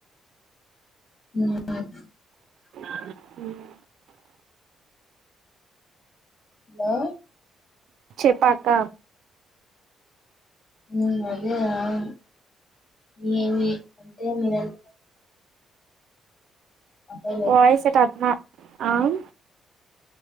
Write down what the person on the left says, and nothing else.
ఉమ్.
హలో.
ఉమ్ అదే అంటే నిర ఏం లేదు. అట్టలేదు